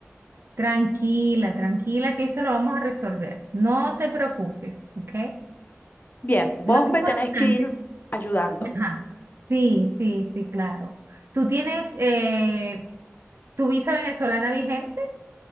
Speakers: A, on the right (about 55°); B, on the left (about 40°).
A: tranquila, tranquila, que eso lo vamos a resolver. No te preocupes, ¿ok?
B: Bien, vos
A: Lo importante,
B: me tenés que ir ayudando.
A: ajá, sí, sí, sí, claro. Tú tienes eh, tu visa venezolana vigente,